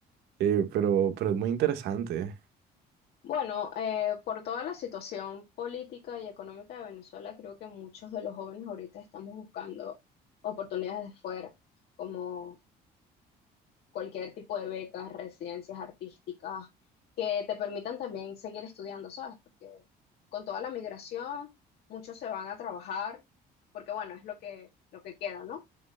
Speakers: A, on the right; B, on the left.
A: eh, pero, pero es muy interesante.
B: Bueno, eh, por toda la situación política y económica de Venezuela, creo que muchos de los jóvenes ahorita estamos buscando oportunidades de fuera, como cualquier tipo de becas, residencias artísticas, que te permitan también seguir estudiando, ¿sabes? Porque con toda la migración, muchos se van a trabajar, porque bueno, es lo que, lo que queda, ¿no?